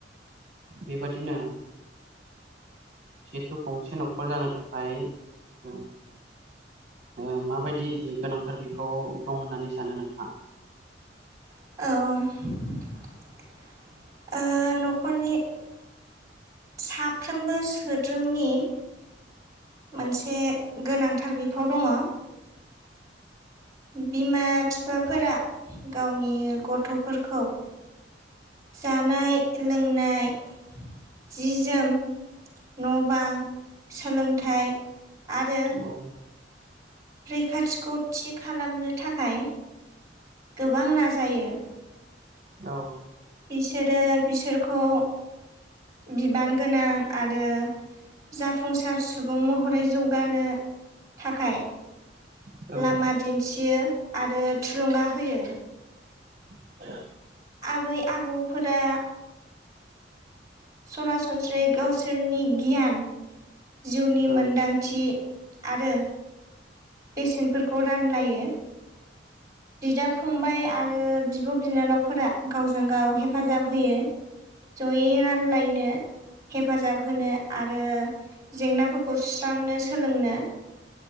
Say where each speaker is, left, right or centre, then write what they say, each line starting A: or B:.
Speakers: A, on the right (about 40°); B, on the right (about 20°).
A: बेबादिनो जिहेथु गंसे न'खर जानो थाखाय जों ओ माबायदि जि गोनांथार बिफाव दं होननानै सानो नोंथाङा?
B: औ औ ओ न'खरनि साफ्रोमबो सोद्रोमनि मोनसे गोनांथार बिफाव दङ। बिमा फिफाफोरा गावनि गथ'फोरखौ जानाय लोंनाय जि जोम न' बां सोलोंथाइ आरो
A: औ।
B: रैखाथिखौ थि खालामनो थाखाय गोबां नाजायो।
A: औ।
B: बिसोरो बिसोरखौ बिबान गोनां आरो जाफुंसार सुबुं महरै जौगानो थाखाय
A: औ औ
B: लामा दिन्थियो आरो थुलुंगा होयो।
A: <inaudible>
B: आबै आबौफोरा सरासनस्रायै गावसोरनि गियान जिउनि मोनदांथि
A: औ
B: आरो बेसेनफोरखौ रानलायो बिदा फंबाय आ आरो बिब' बिनानावफोरा। गावजों गाव हेफाजाब होयो जयै रानलायनो हेफाजाब होनो आरो जेंनाफोरखौ सुस्रांनो सोलोंनो